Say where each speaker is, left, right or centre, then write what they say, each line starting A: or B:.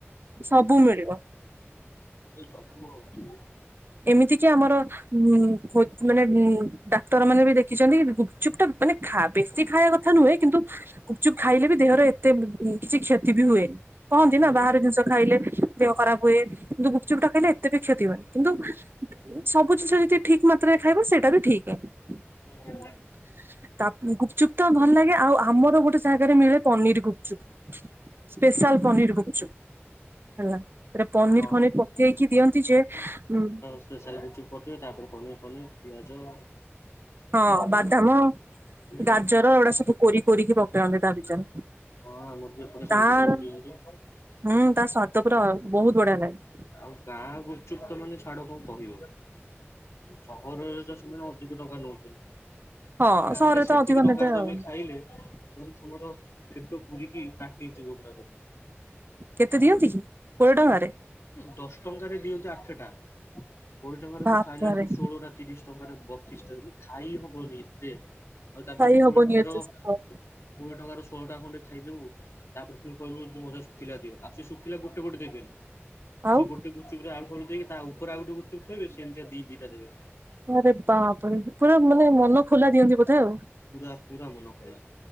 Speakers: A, on the right (about 50°); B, on the left (about 70°).
A: ସବୁ ମିଳିବ।
B: ସବୁ ଆଉ
A: ଏମିତି କି ଆମର ଉ ମାନେ ଡକ୍ଟର ମାନେ ବି ଦେଖିଛନ୍ତି ଗୁପଚୁପ ଟା ମାନେ ଖା ବେଶୀ ଖାଇବା କଥା ନୁହେଁ କିନ୍ତୁ ଗୁପଚୁପ ଖାଇଲେ ବି ଦେହର ଏତେ କିଛି କ୍ଷତି ବି ହୁଏନି କହନ୍ତି
B: ହୁଁ
A: ନା ବାହାର ଜିନିଷ ଖାଇଲେ ଦେହ ଖରାପ ହୁଏ କିନ୍ତୁ ଗୁପଚୁପଟା ଖାଇଲେ ଏତେ ବି କ୍ଷତି ହୁଏନି କିନ୍ତୁ ସବୁ ଜିନିଷ ଠିକ ମାତ୍ରାରେ ଖାଇବ ସେଟା ବି ଠିକ
B: <inaudible>
A: <inaudible> ତା ଗୁପଚୁପ୍ ତ ଭଲ ଲାଗେ ଆଉ ଆମର ଗୋଟେ ଜାଗାରେ ମିଳେ ପନିର ଗୁପଚୁପ୍ ସ୍ପେଶାଲ ପାନୀରି ଗୁପଚୁପ ହେଲା। ଥିରେ ପନିର
B: ହଁ।
A: ଫନିର ପକେଇକି ଦିଅନ୍ତି ଯେ ଉ
B: ସ୍ପେସିଆଲ ଗୁପ୍ ଚୁପ୍ କରିଦେବେ ତାପରେ ପନିର ଫନିର ପିଆଜ
A: ହଁ
B: ପୁରା ଅଲଗା
A: ବାଦାମ
B: ଅଲଗା। ହୁଁ
A: ଗାଜର ଏଗୁଡା ସବୁ କୋରି କୋରି କି ପକାଅନ୍ତି ତା ଭିତରେ।
B: ହଁ ଆମର ବି ଏପଟେ
A: ତାର
B: ସେମିତି ସବୁ ଦିଅନ୍ତି।
A: ହୁଁ ତା ସ୍ୱାଦ ପୁରା ବହୁତ ବଢିଆ ଲାଗେ।
B: ଆଉ ଗାଁ ଗୁପ୍ ଚୁପ ତ ମାନେ ଛାଡ କଣ କହିବ। ସହରରେ ତ ସେମାନେ ଅଧିକ ଟଙ୍କା ନେଉଛନ୍ତି।
A: ହଁ
B: ଗାଁ
A: ସହରରେ
B: ରେ ସେତିକି
A: ତ ଅଧିକ
B: ଟଙ୍କାରେ
A: ନେବେ
B: ତମେ
A: ଆଉ
B: ଖାଇଲେ ତମର ପେଟ ପୁରିକି ଫାଟି ଯିବ ପୁରା ତମ ପେଟ।
A: କେତେ ଦିଅନ୍ତି କି କୋଡ଼ିଏ ଟଙ୍କାରେ?
B: ଦଶ ଟଙ୍କାରେ ଦିଅନ୍ତି ଆଠଟା କୋଡିଏ ଟଙ୍କାରେ
A: ବାପରେ
B: ତ ଖାଇଲା ବେଳକୁ ଷୋଳ ଟା ତିରିଶ ଟଙ୍କାରେ ବତିଶ ଟା ଖାଇ ହବନି ଏତେ ଆଉ ତାପରେ
A: ଖାଇ
B: ଯୋଉ
A: ହବନି
B: କୋଡ଼ିଏ ଟଙ୍କାର
A: ଏତେ ସତ
B: କୋଡିଏ ଟଙ୍କାର ଶୋହଳ ଟା ଖଣ୍ଡେ ଖାଇଦବୁ ତାପରେ ଫୁଣି କହିବୁ ମଉସା ଶୁଖିଲାି ଦିଅ ଆଉ ସେ ଶୁଖିଲ କୁ ଗୋଟେ ଗୋଟେ ଦେବେ
A: ଆଉ
B: ସେ ଗୋଟେ ଗୁପଚୁପ ରେ ଆଳୁ ଫାଳୁ ଦେଇିକି ତା ଉପରେ ଆଉ ଗୋଟେ ଗୁପ ଚୁପ୍ ଥୋଇବେ ସେମତି ଦି ଦିଟା ଦେବେ।
A: ଆରେ ବା ରେ ପୁରା ମାନେ ମନ ଖୋଲା ଦିଅନ୍ତି ବୋଧେ ଆଉ?
B: ପୁରା ପୁରା ମନ ଖୋଲା।